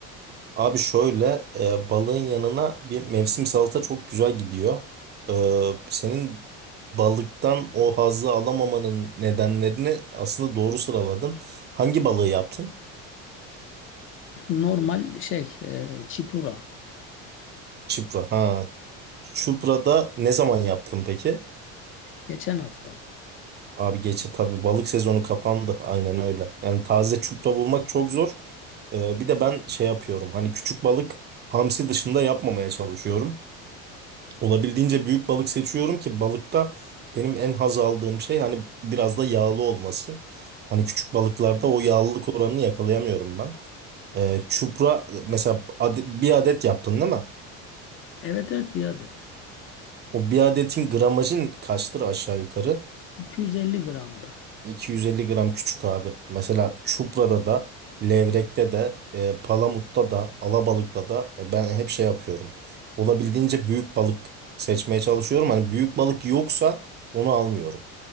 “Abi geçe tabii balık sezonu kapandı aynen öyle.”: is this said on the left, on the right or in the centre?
Right